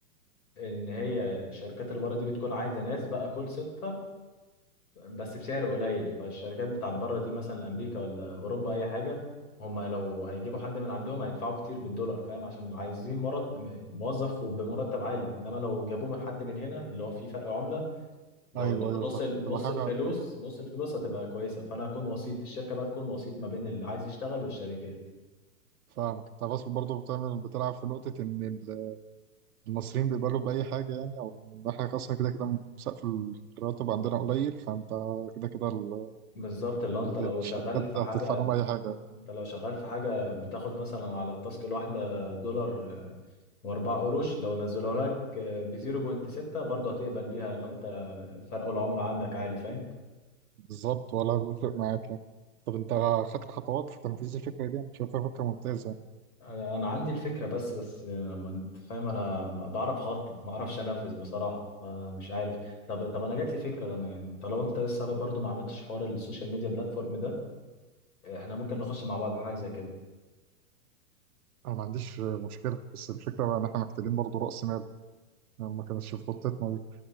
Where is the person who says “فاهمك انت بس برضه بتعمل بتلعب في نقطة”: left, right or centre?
Right